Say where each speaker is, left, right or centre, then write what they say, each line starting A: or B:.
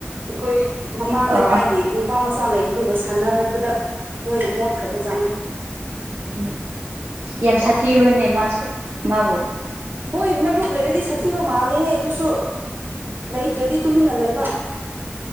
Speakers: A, on the right; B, on the right.
A: ꯑꯩꯈꯣꯏ ꯃꯃꯥꯡ
B: ꯑ
A: ꯂꯩꯀꯥꯏꯒꯤ ꯅꯨꯄꯥ ꯃꯆꯥ ꯂꯩꯕꯗꯨꯒ ꯁꯥꯟꯅꯔꯕꯗ ꯂꯣꯏꯅ ꯃꯣꯠꯈ꯭ꯔꯕ ꯖꯠꯅꯤ
B: ꯎꯝ ꯌꯥꯝ ꯁꯥꯊꯤꯕ꯭ꯔꯥꯅꯦ ꯃꯥꯁꯨ ꯃꯥꯕꯨ
A: ꯍꯣꯏ ꯃꯔꯨꯞ ꯂꯩꯔꯗꯤ ꯁꯥꯊꯤꯕ ꯃꯥꯜꯂꯦꯍꯦ ꯑꯗꯨꯁꯨ ꯂꯩꯇ꯭ꯔꯗꯤ ꯇꯨꯃꯤꯟꯅ ꯂꯩꯕ